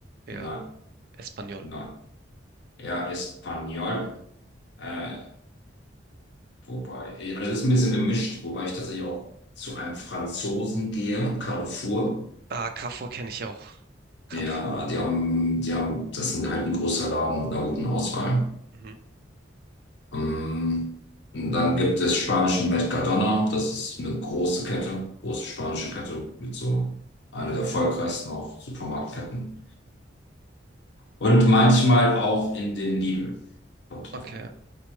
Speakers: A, on the right (about 50°); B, on the left (about 65°).
A: eher
B: Nein,
A: Espanol?
B: nein. Ja, Espanyol, äh, wobei, äh, also es ist ein bisschen gemischt, wobei ich tatsächlich auch zu einem Franzosen gehe, Carrefour.
A: Ah, Carrefour kenne ich auch. Carrefour.
B: Ja, die haben, die haben, das sind halt ein großer Laden mit einer guten Auswahl.
A: Mhm.
B: Ähm, und dann gibt es spanischen Mercadona, das ist eine große Kette, große spanische Kette mit so einer der erfolgreichsten auch Supermarktketten. Und manchmal auch in den Lidl. Kommt
A: Okay.
B: drauf an.